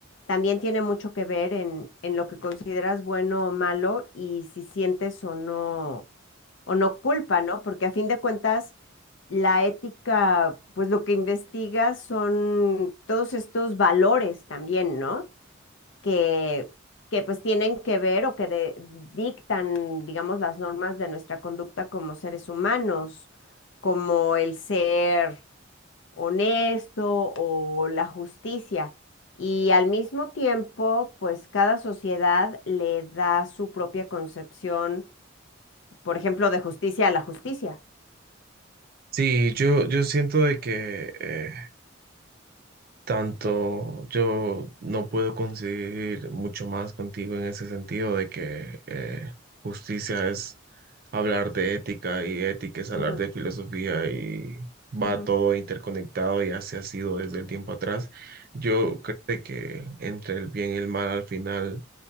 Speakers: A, on the left; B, on the right.
A: también tiene mucho que ver en, en lo que consideras bueno o malo y si sientes o no, o no culpa, ¿no? Porque a fin de cuentas, la ética, pues lo que investiga son todos estos valores también, ¿no? que, que pues tienen que ver o que de- dictan, digamos, las normas de nuestra conducta como seres humanos, como el ser honesto o la justicia. Y al mismo tiempo, pues cada sociedad le da su propia concepción, por ejemplo, de justicia a la justicia.
B: Sí, yo, yo siento de que eh, tanto yo no puedo conseguir mucho más contigo en ese sentido de que eh, justicia es hablar de ética y ética es hablar
A: Ujú,
B: de filosofía y va
A: ujú,
B: todo interconectado y así ha sido desde el tiempo atrás. Yo
A: sí.
B: creo que entre el bien y el mal al final